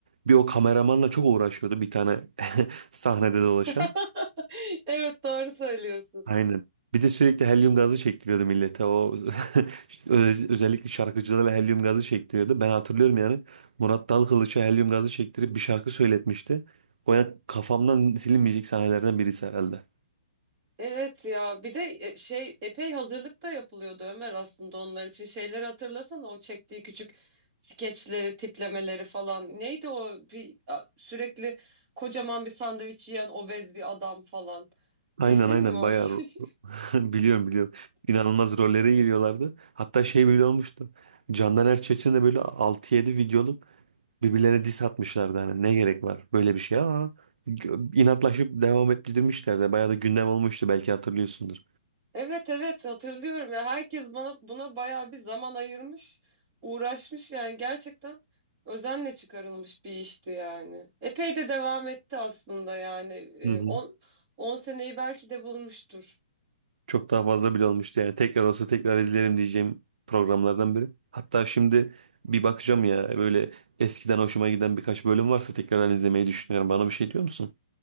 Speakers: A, on the right (about 80°); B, on the right (about 35°).
A: Bir o kameramanla çok uğraşıyordu bir tane <laughs> sahnede dolaşan.
B: <laughs> Evet doğru söylüyorsun.
A: Aynen. Bir de sürekli helyum gazı çektiriyordu millete. O <laughs> öz- özellikle şarkıcılara helyum gazı çektiriyordu. Ben hatırlıyorum yani. Murat Dalkılıç'a helyum gazı çektirip bir şarkı söyletmişti. O yani kafamdan silinmeyecek sahnelerden birisi herhalde.
B: Evet ya bir de e, şey epey hazırlık da yapılıyordu Ömer aslında onlar için. Şeyleri hatırlasana o çektiği küçük skeçleri, tiplemeleri falan. Neydi o bir a, sürekli kocaman bir sandviç yiyen obez bir adam falan.
A: Aynen
B: Bildin
A: aynen
B: mi o
A: bayağı
B: şeyi?
A: ro- <laughs> biliyorum biliyorum. İnanılmaz rollere giriyorlardı. Hatta şey bile olmuştu. Candan Erçetin de böyle altı yedi videoluk birbirlerine diss atmışlardı. Hani ne gerek var böyle bir şeye ama gö- inatlaşıp devam ettirmişlerdi. Bayağı da gündem olmuştu belki hatırlıyorsundur.
B: Evet evet hatırlıyorum ya herkes bana buna bayağı bir zaman ayırmış, uğraşmış yani gerçekten özenle çıkarılmış bir işti yani. Epey de devam etti aslında yani
A: Hı hı.
B: on 10 seneyi belki de bulmuştur.
A: Çok daha fazla bile olmuştu yani. Tekrar olsa tekrar izlerim diyeceğim programlardan biri. Hatta şimdi bir bakacağım ya böyle eskiden hoşuma giden birkaç bölüm varsa tekrardan izlemeyi düşünüyorum. Bana bir şey diyor musun?